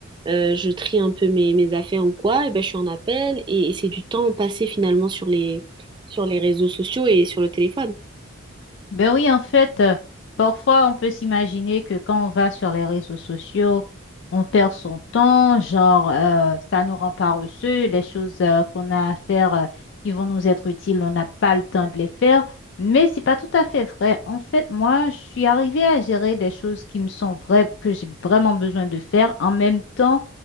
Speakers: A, on the right (about 25°); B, on the left (about 60°).
A: euh, je trie un peu mes, mes affaires ou quoi, et ben, je suis en appel et, et c'est du temps passé finalement sur les, sur les réseaux sociaux et sur le téléphone.
B: Ben oui, en fait, euh, parfois on peut s'imaginer que quand on va sur les réseaux sociaux, on perd son temps, genre euh, ça nous rend paresseux, les choses euh, qu'on a à faire euh, qui vont nous être utiles, on n'a pas le temps de les faire. Mais c'est pas tout à fait vrai. En fait, moi, je suis arrivée à gérer des choses qui me sont vraies, que j'ai vraiment besoin de faire, en même temps